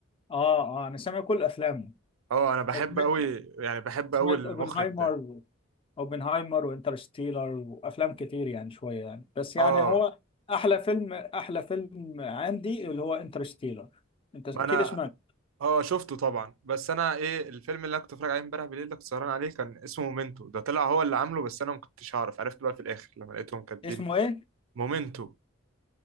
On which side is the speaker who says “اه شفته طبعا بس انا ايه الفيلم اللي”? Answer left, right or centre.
Right